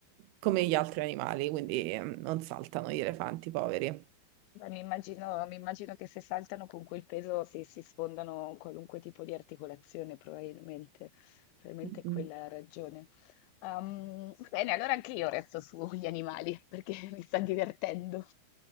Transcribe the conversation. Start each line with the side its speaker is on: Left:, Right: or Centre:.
Right: come gli altri animali, quindi mm, non saltano gli elefanti poveri.
Left: Beh, Mi immagino, mi immagino che se saltano con quel peso si, si sfondano qualunque tipo di articolazione, probabilmente, probabilmente
Right: Mm.
Left: quella è la ragione. Ehm, bene, allora anche io resto sugli animali perché <laughs> mi sta divertendo.